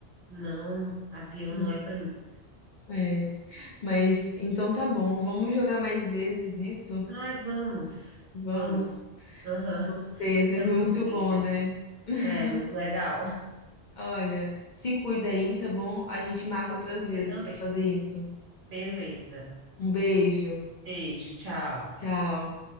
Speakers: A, on the right; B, on the left.
A: Não, avião
B: Hum,
A: não é para mim.
B: É, mas então tá bom. Vamos jogar mais vezes isso?
A: Ai, vamos,
B: Vamos.
A: vamos. Aham,
B: Gostei, é sempre
A: Eu
B: muito
A: gostei
B: bom,
A: dessa.
B: né? <laughs>
A: É, muito legal.
B: Olha, se cuida aí, tá bom? A gente marca
A: Com
B: outras
A: Você
B: vezes
A: também.
B: pra fazer isso.
A: Beleza.
B: Um beijo.
A: Beijo, tchau.
B: Tchau.